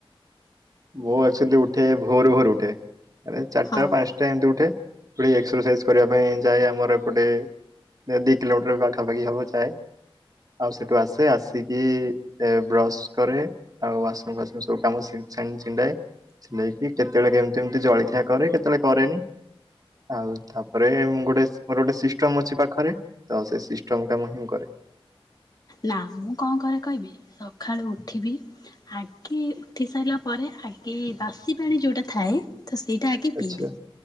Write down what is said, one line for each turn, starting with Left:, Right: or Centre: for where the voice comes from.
Right: ମୋ ଏକଚୁଆଲି ଉଠେ ଭୋର ଭୋର ଉଠେ ଚାରିଟା
Left: ହଁ
Right: ପାଞ୍ଚ ଟା ଏମତି ଉଠେ ପୂଣି ଏକ୍ସରସାଇଜ କରିବା ପାଇଁ ଯାଏ ଆମର ଏପଟେ ଦି କିଲୋମିଟର ପାଖାପାଖି ହବ ଯାଏ। ଆଉ ସେଠୁ ଆସେ ଆସିକି ଏ ବ୍ରଶ କରେ। ଆଉ ଆସୁ ସୁ ସବୁ କାମ ସିମି ସେମ ଛିଣ୍ଡାଏ ଛିଣ୍ଡେଇକି କେତେବେଳେ କେମିତି ଏମିତି ଜଳଖିଆ କରେ କେତେବେଳେ କରେନି। ଆଉ ତାପରେ ମୁଁ ଗୋଟେ ମୋର ଗୋଟେ ସିଷ୍ଟମ ଅଛି ପାଖରେ। ତ ସେ ସିଷ୍ଟମ କାମହିଁ ମୁଁ କରେ।
Left: ନା ମୁଁ କଣ କରେ କହିବି ସକାଳୁ ଉଠିବି ଆ କି ଉଠି ସାରିଲା ପରେ ଆଗେ ବାସି ପାଣି ଯୋଉଟା ଥାଏ ତ ସେଇଟା ଆଗେ
Right: ଆଚ୍ଛା
Left: ପିଇବି।